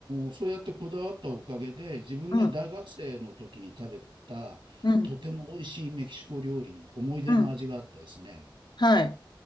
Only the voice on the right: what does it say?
ーそうやってこだわったおかげで、自分が大学生の時に食べた、
とても美味しいメキシコ料理、思い出の味があってですね。